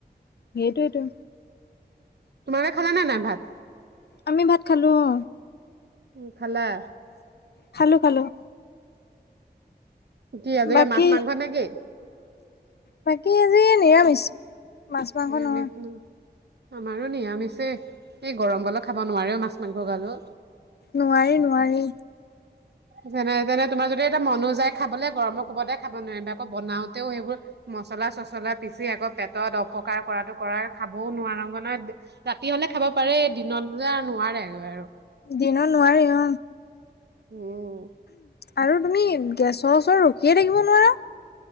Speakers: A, on the left; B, on the right.
A: সেইতোৱেটো
B: তোমালোকে খালা নে নাই ভাত
A: আমি ভাত খালো অ
B: উম খালা
A: খালো খালো
B: কি আজিকালি
A: বাকী
B: মাছ মাংস নে কি
A: বাকী আজি নিৰামিষ মাছ মাংস
B: নিয়ামিষ
A: নহয়
B: উম আমাৰো নিয়ামিছে এই গৰম গালত খাব নোৱাৰেও মাছ মাংস গাজ
A: নোৱাৰি নোৱাৰি
B: যেনে তেনে তোমাৰ যদি এটা মনো যায় খাবলে গৰমৰ কোবতে খাব নোৱাৰিবা আকৌ বনাওঁতেও সেইবোৰ মচলা চছলা পিচি আকৌ পেটত অপকাৰ কৰাটো কৰা খাবও নোৱাৰো নহয় ৰাতি হলে খাব পাৰে দিনত যে নোৱাৰে আৰু
A: দিনত নোৱাৰি অ
B: উম
A: আৰু তুমি গেছৰ ওচৰত ৰখিয়ে থাকিব নোৱাৰা